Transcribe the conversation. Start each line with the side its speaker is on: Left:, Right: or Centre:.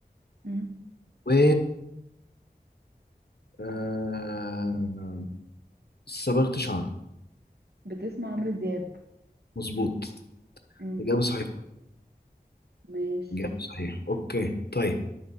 Right: مم.
Left: و آه صبغت شعري
Right: بتسمع عمرو دياب
Left: مظبوط
Right: مم.
Left: إجابة صحيحة
Right: ماشي
Left: إجابة صحيحة أوكي طيب